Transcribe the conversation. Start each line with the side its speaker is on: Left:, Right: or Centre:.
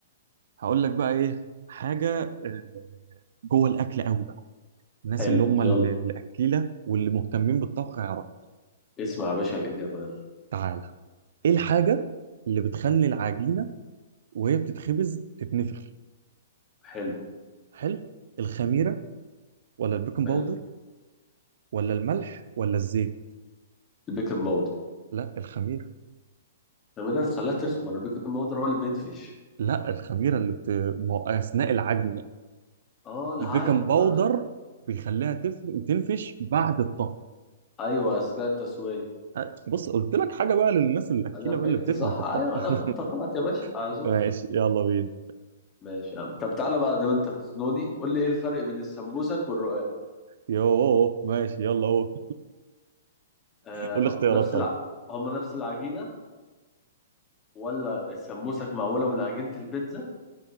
Right: هقول لك بقى ايه حاجه آه، جوه الاكل قوي بقى الناس
Left: حلو
Right: اللي هم
Left: يلا
Right: ال- الاكيله واللي مهتمين بالطبخ هيعرفوا
Left: اسمع يا باشا الإجابة يلا
Right: تعالى ايه الحاجه اللي بتخلي العجينه وهي بتتخبز تتنفخ
Left: حلو
Right: حلو الخميره ولا البيكنج
Left: ايوه
Right: باودر ولا الملح ولا الزيت
Left: البيكنج باودر
Right: لا الخميره
Left: لما ده تخليها تخمر البيكنج باودر هو اللي بينفش
Right: لا الخميره اللي بت... ما- اثناء العجن
Left: اه العجن
Right: البيكنج باودر
Left: انا
Right: بيخليها تف... تنفش بعد الطبخ
Left: ايوه اثناء التسوية
Right: أه، بص قلت لك حاجه بقى للناس الاكيله
Left: انا فهمت
Right: بقى اللي بتفهم
Left: صح
Right: في الطبخ
Left: ايوه انا فهمت غلط يا باشا اعذر
Right: <laughs> ماشي يلا بينا
Left: ماشي يا عم طب تعالى بقى دام انت بتزنوني قول لي ايه الفرق بين السمبوسك والرقاق
Right: يوه ماشي يلا قول
Left: آه
Right: قول لي
Left: ه-
Right: اختيارات
Left: نفس
Right: طيب
Left: الع... هما نفس العجينة ولا السمبوسك معمولة من عجينة البيتزا